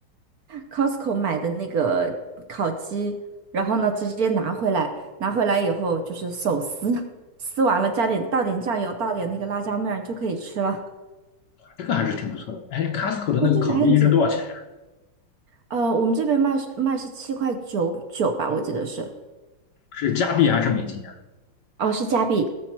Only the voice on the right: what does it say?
Costco 买的那个烤鸡，然后呢直接拿回来，拿回来以后就是手撕，<laughs> 撕完了加点倒点酱油，倒点那个辣椒面儿就可以吃了。
对，这个还很简单。呃，我们这边卖是卖是七块九九吧，我记得是，
哦、是加币，